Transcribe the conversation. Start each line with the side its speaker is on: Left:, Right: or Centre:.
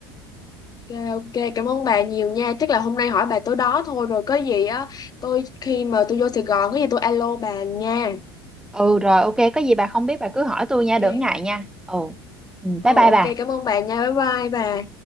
Left: Rồi, ok, cảm ơn bà nhiều nha. Chắc là hôm nay hỏi bà tối đó thôi rồi có gì á. Tôi khi mà tôi vô Sài Gòn có gì tôi alo bà nha.
Centre: ừ rồi ok có gì bà không biết bà cứ hỏi tôi
Left: Ok.
Centre: nha đừng ngại nha ừ Ừ,
Left: Ừ
Centre: bye bye
Left: ok,
Centre: bà
Left: cảm ơn bà nha. Bye bye bà.